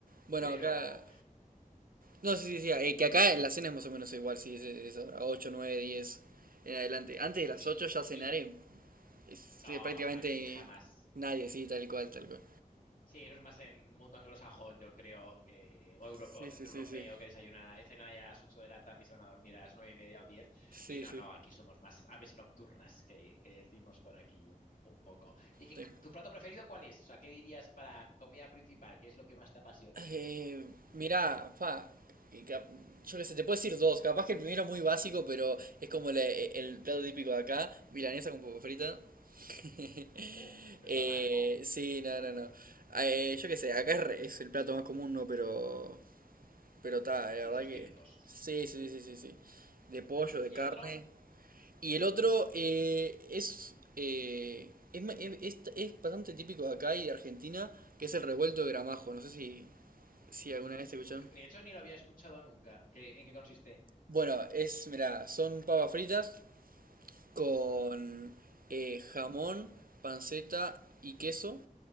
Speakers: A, on the right (about 75°); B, on the left (about 70°).
A: Bueno,
B: Pero.
A: acá... No, sí, sí, sí. eh, que acá en la cena es más o menos igual, sí, es, es ahora 8, 9, 10 en adelante. Antes de
B: Y,
A: las 8 ya cenar
B: y
A: eh, es,
B: no,
A: eh, prácticamente
B: aquí jamás.
A: nadie, sí, tal cual, tal cual.
B: Sí, eso es más en mundo anglosajón, yo creo que, o europeo,
A: Sí,
B: centroeuropeo,
A: sí, sí, sí.
B: que desayunan, a- cenan ahí a las 8 de la tarde y se van a dormir a las nueve y media o diez
A: Sí,
B: Y no,
A: sí.
B: no, aquí somos más aves nocturnas que, que decimos por aquí un, un poco. ¿Y qué
A: tal-
B: tu plato preferido cuál es? O sea, ¿qué dirías para comida principal? ¿Qué es lo que más te apasiona?
A: Eh, mirá, pa, que cap- yo qué sé, te puedo decir dos. Capaz que el primero es muy básico, pero es como el, el plato típico de acá, milanesa con papa frita. <laughs>
B: Ojo, no
A: Eh,
B: está mal, ¿no?
A: sí, no, no, no. Eh, yo qué sé, acá es, re- es el plato más común, ¿no? Pero Pero está, la
B: Sí,
A: verdad
B: de los
A: que.
B: típicos.
A: Sí, sí, sí, sí, sí. De pollo, de
B: Y
A: carne.
B: el otro,
A: Y el otro eh, es, eh, es, ma- es, es- es bastante típico de acá y de Argentina, que es el revuelto de gramajo. No sé si, si alguna
B: no,
A: vez escucharon.
B: nunca. De hecho, ni lo había escuchado nunca. ¿Qué- ¿En qué consiste?
A: Bueno, es, mira, son papas fritas con
B: ¿Mm?
A: eh, jamón, panceta y queso.